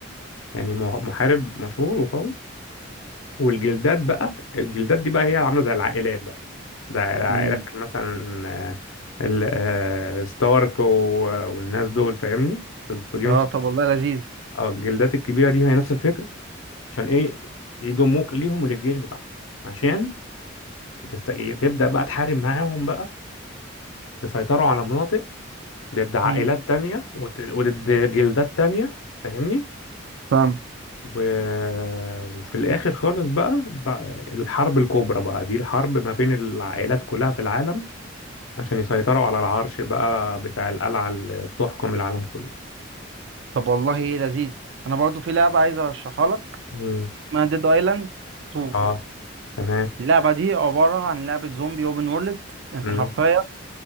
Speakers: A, on the left; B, on the right.
A: يعني مح- محارب مشهور وقوي والجلدات بقى الجلدات دي بقى هي عاملة زي العائلات بقى زي العائلات
B: مم.
A: مثلا آه، ال- آه، ستارك و- والناس دول فاهمني في جيم
B: اه
A: اوف
B: طب والله لذيذ
A: اه الجلدات الكبيرة دي هي نفس الفكرة عشان ايه يضموك ليهم وللجيش بتاعهم عشان تست... تبدأ بقى تحارب معاهم بقى تسيطروا على مناطق ضد عائلات
B: مم.
A: تانية وت... وضد جلدات تانية فاهمني
B: فاهم
A: و... وفي الآخر خالص بقى, بقى الحرب الكبرى بقى دي الحرب ما بين العائلات كلها في العالم عشان يسيطروا على العرش بقى بتاع القلعة اللي بتحكم العالم كله
B: طب والله لذيذ انا برضو في لعبه عايز ارشحها لك
A: مم.
B: اسمها ديد ايلاند 2
A: اه تمام
B: اللعبه دي عباره عن لعبه زومبي اوبن وورلد انت
A: مم.
B: حرفيا